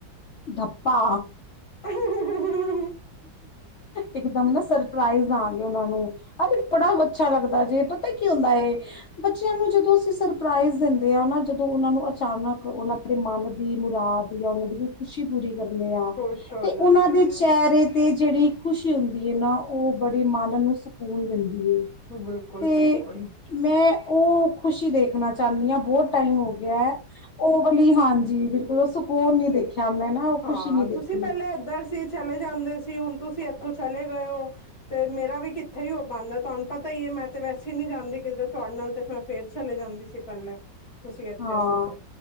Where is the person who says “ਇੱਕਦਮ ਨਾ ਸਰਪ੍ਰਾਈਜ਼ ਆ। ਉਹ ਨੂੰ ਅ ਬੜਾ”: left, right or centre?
Left